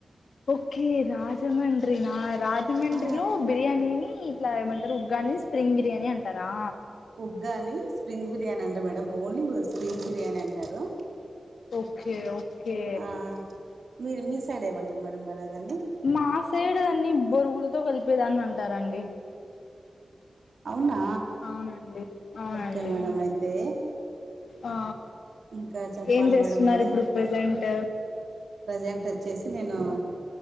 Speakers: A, on the left; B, on the right.
A: ఓకే రాజమండ్రి నా రాజమండ్రిలో
B: ఆ
A: బిర్యానీని ఇట్లా ఏమంటారు ఉగ్గాన్ని స్ప్రింగ్ బిర్యానీ అంటారా
B: ఉగ్గాన్ని స్ప్రింగ్ బిర్యానీ అన్డ్రు మేడం ఓన్లీ స్ప్రింగ్ బిర్యానీ అంటారు
A: ఓకే ఓకే
B: ఆ మీరు మీ సైడేమంటరు మేడం మరి దాన్ని
A: మా సైడ్ దాన్ని బొరుగులతో కలిపేదాన్ని అంటారాండి
B: అవ్నా
A: అవునండి అవునండి
B: ఓకే మేడం అయితే
A: ఆ
B: ఇంకా చెప్పాలి
A: ఏం చేస్తున్నారు
B: మేడం మరి
A: ఇప్పుడు ప్రజెంట్
B: ప్రజెంట్ వచ్చేసి నేను